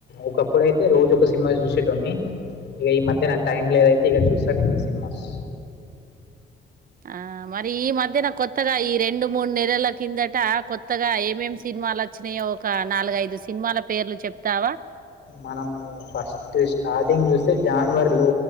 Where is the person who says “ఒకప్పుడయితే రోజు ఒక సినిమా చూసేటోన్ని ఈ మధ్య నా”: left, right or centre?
Left